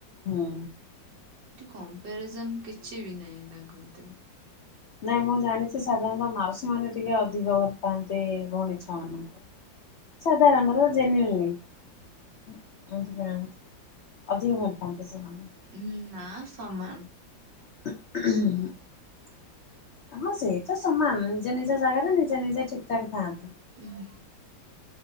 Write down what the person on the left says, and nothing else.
ହୁଁ।
ନାଇଁ ମୁଁ ଜାଣିଛି ସାଧାରଣତଃ ମାଉସୀ ମାନେ ଟିକେ ଅଧିକ ଭଲ ପାଆନ୍ତି ଭଉଣୀ ଛୁଆ ମାନଙ୍କୁ। ସାଧାରଣତ ଜନିଲ। <unintelligible> ଅଧିକ ଭଲ ପାନ୍ତି ସେମାନେଙ୍କୁ।
ଉଁ ହୁଁ। ହଁ ସେଇ ତ ସମାନ ନିଜ ନିଜ ଜାଗାରେ ନିଜେ ନିଜେ ଠିକ ଠାକ୍ ଥାଆନ୍ତି।